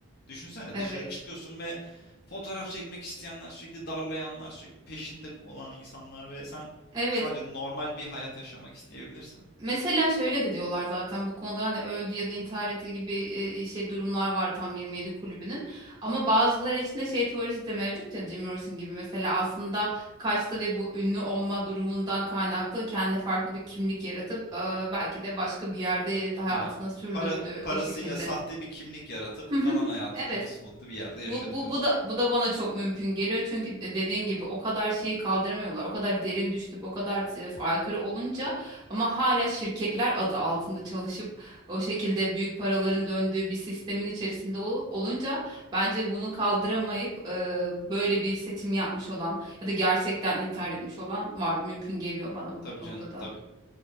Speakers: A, on the left (about 45°); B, on the right (about 20°).
A: Düşünsene
B: Evet.
A: dışarı çıkıyorsun ve fotoğraf çekmek isteyenler sürekli darlayanlar sürekli peşinde olan insanlar ve sen
B: Evet.
A: sadece normal bir hayat yaşamak isteyebilirsin.
B: Mesela şöyle de diyorlar zaten bu konuda hani öldü ya da intihar etti gibi e, şey durumlar var tam 27 kulübünün. Ama bazıları içinde şey teorisi de mevcut ya Jim Morrison gibi mesela aslında kaçtı ve bu ünlü olma durumundan kaynaklı kendine farklı bir kimlik yaratıp e, belki de başka bir yerde hayatını
A: He.
B: sürdürdü
A: Para, parasıyla
B: o şekilde.
A: sahte bir kimlik yaratıp
B: Hı hı.
A: kalan hayatını
B: Evet.
A: musmutlu bir yerde yaşadı
B: Bu, bu,
A: diyorsun.
B: bu da bu da bana çok mümkün geliyor çünkü de- dediğin gibi o kadar şeyi kaldıramıyorlar. O kadar derin düşünüp o kadar e, aykırı olunca ama hala şirketler adı altında çalışıp o şekilde büyük paraların döndüğü bir sistemin içerisinde ol- olunca bence bunu kaldıramayıp e, böyle bir seçim yapmış olan ya da gerçekten intihar etmiş olan var. Mümkün geliyor bana bu
A: Tabii
B: noktada.
A: canım tabii.